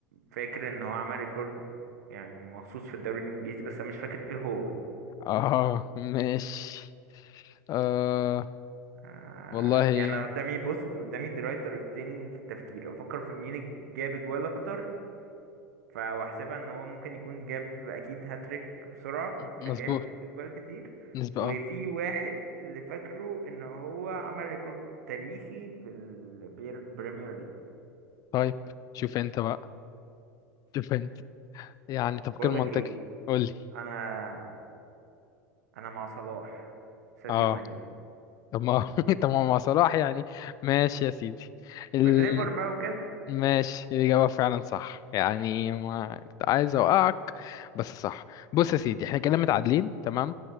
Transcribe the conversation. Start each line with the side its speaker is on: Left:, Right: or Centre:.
Right: فاكر ان هو عمل ريكورد يعني مخصوص في الدوري الانجليزي بس انا مش فاكر ايه هو
Left: اه ماشي آه
Right: آه،
Left: والله
Right: يعني
Left: يعني
Right: أنا قدامي بص قدامي دلوقتي طريقتين في التفكير افكر في مين جاب جوال اكتر ف- واحسبها ان هو ممكن يكون جاب اكيد هاتريك بسرعة
Left: مظبوط
Right: عشان جايب جوال كتير
Left: نسبة
Right: وفي
Left: اه
Right: واحد اللي فاكره ان هو عمل ريكورد تاريخي في البريمير ليج
Left: طيب شوف انت
Right: مم.
Left: بقى شوف انت يعني تفكير
Right: بقول
Left: منطقي
Right: لك ايه
Left: قول لي
Right: انا انا مع صلاح ساديو
Left: اه
Right: ماني
Left: طب ما <laughs> طب ما مع صلاح يعني ماشي يا سيدي ال...
Right: في الليفر بقى وكده
Left: ماشي الإجابة فعلا صح يعني ما كنت عايز أوقعك بس صح بص يا سيدي احنا كده متعادلين تمام